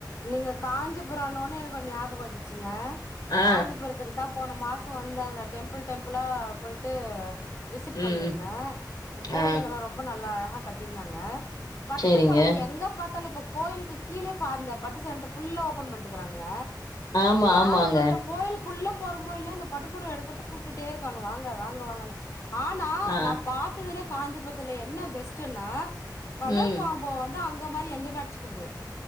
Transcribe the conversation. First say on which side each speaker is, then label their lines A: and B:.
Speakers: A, on the left; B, on the left.
A: நீங்க காஞ்சிபுரனோன்னே எனக்கு ஒரு ஞாபக வந்துச்சுங்க
B: ஆ,
A: காஞ்சிபுரத்துக்கு தா போன மாசோ வந்தங்க டெம்பிள் டெம்பிளா போயிட்டு விசிட்
B: ம்,
A: பண்ணியிருந்தே கோயிலுங்கெல்லா
B: ஆ,
A: ரொம்ப நல்லா அழகா கட்டியிருந்தாங்க பட்டுப்பொடவை
B: சரிங்க.
A: எங்க பாத்தாலு இப்ப கோயிலுக்கு கீழே பா அந்த பட்டு சென்டர் ஃபுல்ல ஓபன் பண்ட்டுக்குறாங்க
B: ஆமா,
A: யார
B: ஆமாங்க.
A: பாத்தாலு கோயிலுக்குள்ள போறமோ இல்ல அ பட்டுபொடவ எடுக்கற்துக்கு கூப்டுட்டே இருக்காங்க வாங்க வாங்க வாங்க ஆனா
B: ஆ,
A: நா பாத் ததுலே காஞ்சிபுரத்துல என்ன பெஸ்டுனா கலர்
B: ம்,
A: காம்போ வந்து அங்க மாரி எங்கேயுமே அடுச்சுக்க முடியாது